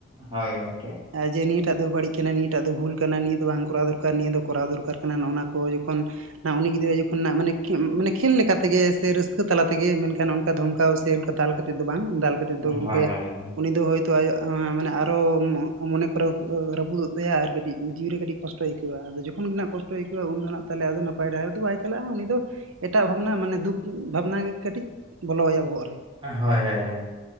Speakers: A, on the right (about 25°); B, on the right (about 80°).
A: ᱦᱳᱭ ᱜᱚᱝᱠᱮ᱾
B: ᱱᱚᱼᱚᱭ ᱡᱮ ᱱᱤᱭᱟᱹᱴᱟᱜ ᱫᱚ ᱵᱟᱹᱲᱤᱡ ᱠᱟᱱᱟ ᱱᱤᱭᱟᱹᱴᱟᱜ ᱫᱚ ᱵᱷᱩᱞ ᱠᱟᱱᱟ ᱱᱤᱭᱟᱹ ᱫᱚ ᱵᱟᱝ ᱠᱚᱨᱟᱣ ᱫᱚᱨᱠᱟᱨ ᱱᱤᱭᱟᱹ ᱫᱚ ᱠᱚᱨᱟᱣ ᱫᱚᱨᱠᱟᱨ ᱠᱟᱱᱟ, ᱱᱚᱜᱼᱚ ᱱᱚᱣᱟ ᱠᱚ ᱡᱚᱠᱷᱚᱱ ᱱᱟᱜ ᱩᱱᱤ ᱜᱤᱫᱽᱨᱟᱹ ᱡᱚᱠᱷᱚᱱ ᱱᱟᱜ ᱢᱟᱱᱮ ᱠᱤ ᱢᱟᱱᱮ ᱠᱷᱮᱞ ᱞᱮᱠᱟ ᱛᱮᱜᱮ ᱥᱮ ᱨᱟᱹᱥᱠᱟᱹ ᱛᱟᱞᱟ ᱛᱮᱜᱮ ᱢᱮᱱᱠᱷᱟᱱ ᱚᱱᱠᱟ ᱫᱷᱢᱠᱟᱣ ᱥᱮ ᱚᱱᱠᱟ ᱫᱟᱞ ᱠᱟᱛᱮᱫ ᱫᱚ ᱵᱟᱝ ᱫᱟᱞ ᱠᱟᱛᱮ
A: ᱦᱳᱭ,
B: ᱫᱚ
A: ᱦᱳᱭ,
B: ᱜᱚᱝᱠᱮ
A: ᱦᱳᱭ,
B: ᱩᱱᱤ ᱫᱚ ᱦᱚ ᱛᱚ ᱟᱭᱚ ᱟᱜ ᱢᱟᱱᱮ ᱟᱨᱚ ᱢᱚᱜ ᱢᱟᱱᱮ ᱠᱚᱨᱟ ᱨᱹᱯᱩᱫᱚᱜ ᱛᱟᱭᱟ ᱟᱨ ᱠᱟᱹᱴᱤᱡ ᱡᱤᱣᱤᱨᱮ ᱠᱟᱹᱴᱤᱡ ᱠᱚᱥᱴᱚᱭ ᱟᱹᱭᱠᱟᱹᱣᱟ ᱟᱫᱚ ᱡᱚᱠᱷᱚᱱ ᱜᱮᱱᱟᱦᱜ ᱠᱚᱥᱴᱚᱭ ᱟᱹᱭᱠᱟᱣᱼᱟ ᱩᱱᱫᱚ ᱱᱟᱦᱟᱜ ᱱᱟᱯᱟᱭ ᱰᱟᱦᱟᱨ ᱫᱚ ᱵᱟᱭ ᱪᱟᱞᱟᱜᱼᱟ ᱩᱱᱤ ᱫᱚ ᱮᱴᱟᱜ ᱵᱷᱟᱵᱽᱱᱟ ᱢᱟᱱᱮ ᱫᱩᱠ ᱵᱷᱟᱵᱽᱱᱟ ᱜᱮ ᱠᱟᱹᱴᱤᱡ ᱵᱚᱞᱚᱟᱭᱟ ᱵᱚᱦᱚᱜ ᱨᱮ
A: ᱦᱳᱭ ᱦᱳᱭ ᱦᱳᱭ